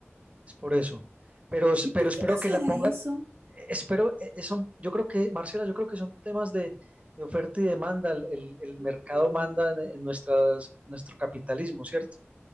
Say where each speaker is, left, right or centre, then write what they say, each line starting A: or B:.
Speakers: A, on the right (about 30°); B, on the right (about 60°).
A: es por eso. Pero, es-
B: ¿Y
A: pero
B: por
A: espero
B: qué pasará
A: que la pongan,
B: eso?
A: espero, eh, eh, son, yo creo que, Marcela, yo creo que son temas de, de oferta y demanda. El, el- el mercado
B: Mm,
A: manda en, en nuestras, nuestro capitalismo, ¿cierto?